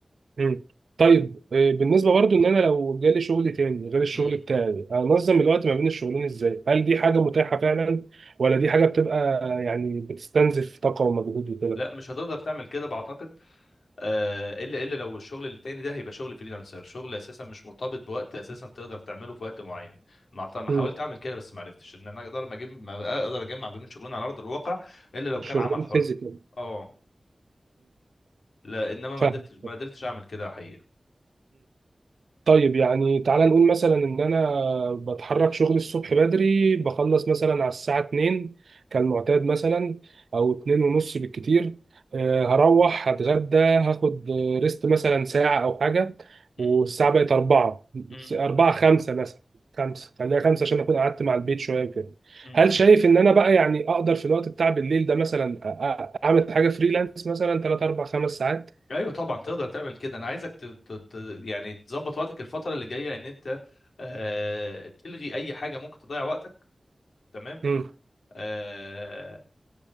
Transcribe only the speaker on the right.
مم. طيب آه، بالنسبه برضو ان انا لو جالي شغل تاني غير الشغل
بتاعي انظم الوقت ما بين الشغلين ازاي هل دي حاجه متاحه فعلا ولا دي حاجه بتبقى آه، يعني بتستنزف طاقه ومجهود وكده
مم.
الشغلين
فيزيكال
فاهم
طيب يعني تعالى نقول مثلا ان انا بتحرك شغلي الصبح بدري بخلص مثلا على الساعة 2 كالمعتاد مثلا او 2 ونص بالكتير آه، هروح هتغدى هاخد آه، ريست مثلا ساعة او حاجة
والساعة بقت 4
4 5 مثلا 5 خليها 5 عشان اكون قعدت مع البيت شوية كده
هل شايف ان انا بقى يعني اقدر في الوقت بتاع بالليل ده مثلا أ- أ- اعمل حاجة فريلانس مثلا 3 4 5 ساعات
امم